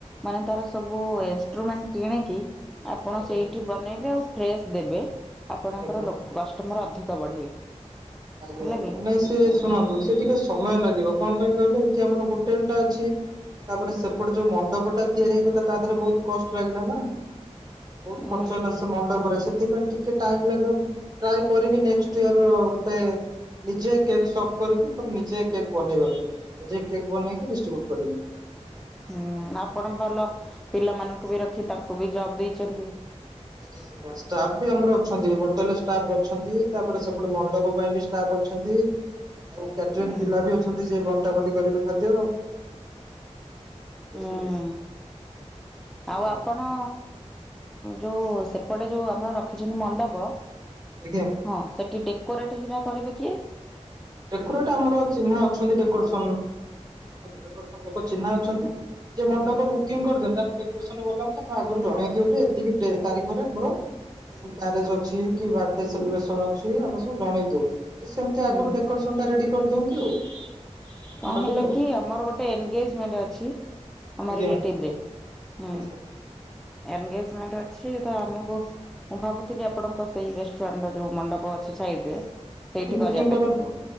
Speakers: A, in the centre; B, on the right.
A: ମାନେ ତାର ସବୁ ଇନ୍‌ଷ୍ଟ୍ରୁମେଣ୍ଟ କିଣିକି ଆପଣ
B: ଆଜ୍ଞା
A: ସେଇଠି ବନେଇବେ ଓ ଫ୍ରେଶ୍ ଦେବେ। ଆପଣଙ୍କର
B: ଆଜ୍ଞା। ଆଜ୍ଞା
A: ତମର ଅଧିକ ବଢିବେ।
B: ଆଜ୍ଞା
A: ହେଲା
B: ଆ-
A: କି
B: ନାଇଁ, ସିଏ
A: ଆପଣ
B: ଶୁଣନ୍ତୁ, ସେ ଟିକେ ସମୟ ଲାଗିବ। କଣ ପାଇଁ କହିଲେ? ଏଠି ଆମର ହୋଟେଲ ଟା ଅଛି। ତାପରେ,
A: ହୁଁ
B: ସେପଟେ ଯୋଉ ମଣ୍ଡପଟା ତିଆରି ହେଇଗଲା। ତା ଦେହରେ ବହୁତ କଷ୍ଟ ଲାଗିଲା ନା ବହୁତ
A: ହୁଁ
B: ଖର୍ଚ୍ଚ ହେଲା ସେ ମଣ୍ଡପରେ। ସେଥିପାଇଁ ଟିକେ ଟାଇମ୍ ଲାଗିବ। ମୁଁ ଟ୍ରାଏ କରିବି ନେକ୍ସଟ ଇୟର ମୋତେ ନିଜେ କେକ୍ ଶପ୍ କରିକି, ସବୁ ନିଜେ କେକ୍ ବନେଇବା ପାଇଁ। ନିଜେ କେକ୍ ବନେଇକି ଡିଷ୍ଟ୍ରିବ୍ୟୁଟ୍ କରିବି।
A: ହୁଁ, ଆପଣ ଭଲ ପିଲାମାନଙ୍କୁ ବି ରଖି, ତାଙ୍କୁ ବି ଜବ ଦେଇଛନ୍ତି।
B: ଆଜ୍ଞା, ଆଜ୍ଞା ଷ୍ଟାଫ୍‌ ବି ଆମର ଅଛନ୍ତି। ହୋଟେଲରେ ଷ୍ଟାଫ୍‌ ଅଛନ୍ତି। ତାପରେ, ସେପଟେ ମଣ୍ଡପ ପାଇଁ ବି ଷ୍ଟାଫ ଅଛନ୍ତି। ଆଉ, କ୍ୟାଟରିଂ
A: ହୁଁ
B: ପିଲା ବି ଅଛନ୍ତି ଯିଏ ବଣ୍ଟା ବଣ୍ଟି କରିବେ ଖାଦ୍ୟ। ବୁଝିଲେ
A: ହୁଁ
B: ଆଜ୍ଞା।
A: ଆଉ ଆପଣ ଯୋଉ ସେପଟେ, ଯୋଉ ଆମର ରଖିଛନ୍ତି ମଣ୍ଡପ,
B: ଆଜ୍ଞା
A: ହଁ ସେଠି ଡେକୋରେଟ ହେରା କରିବେ କିଏ?
B: ଡେକୋରେଟ ଆମର ଚିହ୍ନା ଅଛନ୍ତି। ଡେକୋରେସନ। ଡେକୋରେସନ ଲୋକ ଚିହ୍ନା ଅଛନ୍ତି, ଯେ ମଣ୍ଡପ ବୁକିଂ କରିଛନ୍ତି। ଡେକୋରେସନବାଲାଙ୍କୁ ଆଗରୁ ଜଣେଇ ଦଉ ଯେ, ଏତିକି ତାରିଖରେ ଆମର ମ୍ୟାରେଜ ଅଛି କି ବା ସେଲିବ୍ରେସନ
A: ହୁଁ
B: ଅଛି। ଆମେ ସବୁ ଜଣେଇ ଦଉ। ସେମିତି ଆଗରୁ
A: ହୁଁ
B: ଡେକୋରେସନ କରିଦଉଚି ଆଉ।
A: କଣ
B: ମଣ୍ଡପରେ
A: ହେଲା
B: ଆଉ
A: କି, ଆମର ଗୋଟେ ଏନଗେଜମେଣ୍ଟ ଅଛି। ଆମର
B: ଆଜ୍ଞା।
A: ରିଲେଟିଭରେ, ହୁଁ,
B: ଆଜ୍ଞା
A: ଏନଗେଜ୍‌ମେଣ୍ଟ ଅଛି। ତ, ଆମକୁ ମୁଁ ଭାବୁଥିଲି, ଆପଣଙ୍କ ସେଇ ରେଷ୍ଟୁରାଣ୍ଟ ର ଯୋଉ ମଣ୍ଡପ ଅଛି ସାଇଡରେ। ସେଇଠି
B: ହଁ ବୁକିଂ
A: କରିବା ପାଇଁ
B: କରନ୍ତୁ।